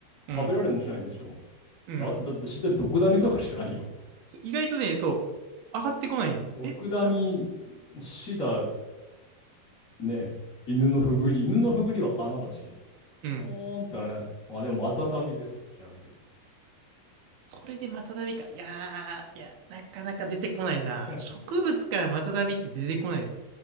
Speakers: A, on the right; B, on the left.
A: うん。
B: 食べられもしないんでしょ
A: うん。
B: で、あとだって自然毒ダミとかしかないよ。
A: そう意外とね、そう。上がってこないよ。
B: 毒ダミ、
A: え、な、
B: 死だね。犬のふぐり、犬のふぐりは花だし。
A: うん。
B: おーんとね。まあでも、またたびです。ちなみに。
A: それでマタダビか。いやー、いや、なかなか出てこないな。
B: <laughs>
A: 植物からマタダビって出てこないよ。